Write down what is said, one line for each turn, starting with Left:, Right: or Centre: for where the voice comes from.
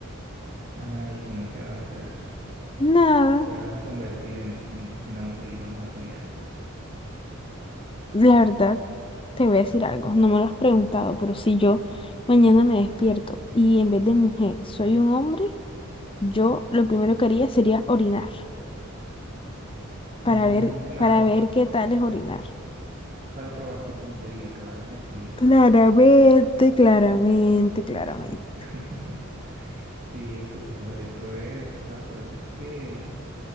Right: Ay, si no, ¿qué vas a hacer?
Left: Nada,
Right: Te vas a convertir en, en, en hombre y vamos a pelear.
Left: la verdad, te voy a decir algo. No me lo has preguntado, pero si yo mañana me despierto y en vez de mujer soy un hombre, yo lo primero que haría sería orinar. para
Right: Mm,
Left: ver,
Right: claro,
Left: para ver qué tal es orinar.
Right: para probar tu puntería, claro que sí.
Left: Claramente, claramente, claramente.
Right: <laughs> Sí, eso, eso, eso es, o sea, por eso es que